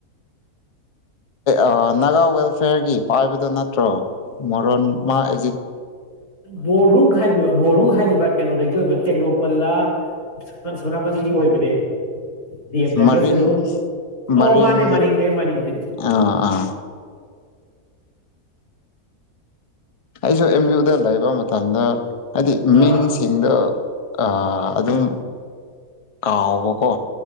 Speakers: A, on the left; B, on the left.
A: ꯑꯥ ꯅꯥꯒꯥ ꯋꯦꯜꯐꯤꯌꯔꯒꯤ ꯄꯥꯏꯕꯗꯨ ꯅꯠꯇ꯭ꯔꯣ ꯃꯣꯔꯣꯟ ꯃꯥ ꯑꯦ
B: ꯃꯣꯔꯨꯡ ꯍꯥꯏꯗꯨꯢꯕ ꯃꯣꯔꯨꯡ ꯍꯥꯏꯗꯨꯢꯕ ꯀꯩꯅꯣꯗꯒꯤ ꯑꯣꯏꯕ ꯇꯦꯡꯅꯧꯄꯜꯂꯥ ꯑꯁꯣꯝꯅꯀꯥꯟꯗꯒꯤ ꯑꯣꯏꯕꯅꯦ ꯗꯤ ꯑꯦꯝꯗꯒꯁꯨ
A: ꯃꯔꯤꯡ
B: ꯑꯗꯨꯝ
A: ꯃꯔꯤꯡ
B: ꯑꯧ ꯃꯥꯅꯦ ꯃꯅꯤꯡꯅꯦ ꯃꯅꯤꯡꯅꯦ
A: ꯑꯥ ꯑꯥ ꯑꯩꯁꯨ ꯑꯦꯝ ꯌꯨꯗ ꯂꯩꯕ ꯃꯇꯝꯗ ꯍꯥꯏꯗꯤ
B: ꯑꯥ
A: ꯃꯤꯡ ꯁꯤꯡꯗ ꯑꯥ ꯑꯗꯨꯝ ꯀꯥꯎꯕꯀꯣ